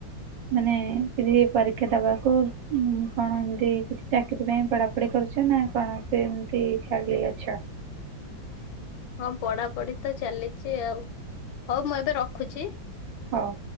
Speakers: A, on the right; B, on the left.
A: ମାନେ କିଛି ପରୀକ୍ଷା ଦବାକୁ ଉମ୍ କଣ ଏମିତି କିଛି? ଚାକିରି ପାଇଁ ପଢ଼ାପଢ଼ି କରୁଛ ନା କଣ ସେମତି ଖାଲି ଅଛ?
B: ହଁ ପଡ଼ାପଢ଼ି ତ ଚାଲିଛି ଆଉ ହଉ ମୁଁ ଏବେ ରଖୁଚି।
A: ହଉ।